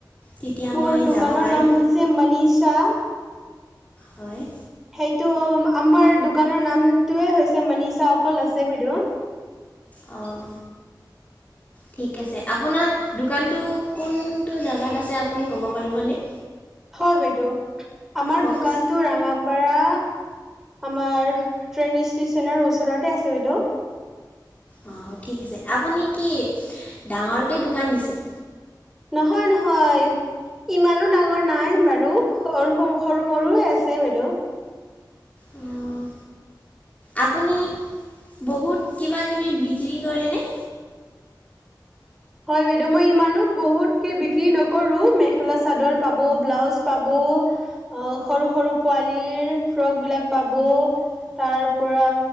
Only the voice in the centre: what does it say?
মোৰ
দোকানৰ
নাম হৈছে মানিষা
সেইটো আমাৰ দোকানৰ নামটোৱে হৈছে মানিষা অকল আছে বাইদেউ
<inaudible>
হয় বাইদেউ আমাৰ
দোকানটো ৰাঙাপাৰা আমাৰ ট্ৰেইন ষ্টেচনৰ ওচৰতে আছে বাইদেউ
নহয় নহয় ইমানো ডাঙৰ নাই বাৰু সৰু সৰু সৰু মৰুৱে আছে বাইদেউ <inaudible>
হয় বাইদেউ মই ইমানো বহুতকে বিক্ৰী নকৰোঁ মেখেলা চাদৰ পাব ব্লাউজ পাব অ' সৰু সৰু পোৱালিৰ ফ্ৰক বিলাক পাব তাৰ পৰা